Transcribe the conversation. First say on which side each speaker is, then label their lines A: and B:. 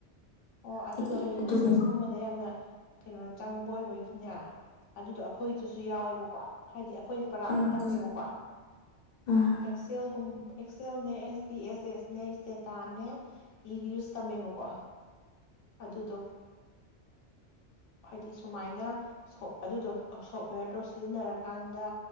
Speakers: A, on the left; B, on the left.
A: ꯑꯣ ꯑꯗꯨꯗꯣ
B: ꯍꯥꯏꯗꯤ
A: ꯍꯌꯦꯡ
B: ꯑꯗꯨꯒꯨꯝꯕ
A: ꯔꯤꯁꯔꯁꯀꯨꯝꯕꯗ ꯌꯥꯝꯅ ꯀꯩꯅꯣ ꯆꯪꯕ ꯑꯣꯏꯕꯒꯤꯅꯦ ꯑꯗꯨꯗꯣ ꯑꯩꯈꯣꯏꯒꯤꯗꯨꯁꯨ ꯌꯥꯎꯋꯦꯕꯀꯣ ꯍꯥꯏꯗꯤ ꯑꯩꯈꯣꯏꯗꯤ ꯄꯔꯥ ꯑꯣꯏꯅ
B: ꯎꯝ ꯑꯗꯨꯁꯨ
A: ꯇꯝꯃꯦꯕꯀꯣ
B: ꯎꯝ
A: ꯑꯦꯛꯁꯦꯜꯒꯨꯝ ꯑꯦꯛꯁꯦꯜꯅꯦ ꯑꯦꯁ ꯄꯤ ꯑꯦꯁ ꯑꯦꯁꯅꯦ ꯏꯁꯇꯦꯇꯥꯅꯦ ꯏꯚ꯭ꯌꯨꯁ ꯇꯝꯃꯦꯕꯀꯣ ꯑꯗꯨꯗꯣ ꯍꯥꯏꯗꯤ ꯁꯨꯃꯥꯏꯅ ꯑꯗꯨꯗꯣ ꯁꯣꯐꯋꯦꯔꯗꯣ ꯁꯤꯖꯤꯟꯅꯔꯀꯥꯟꯗ